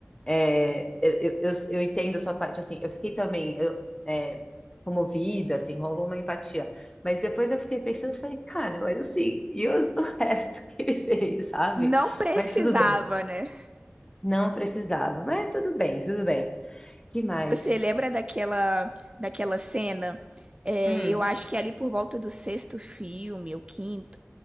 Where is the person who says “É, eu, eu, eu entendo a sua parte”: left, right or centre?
Left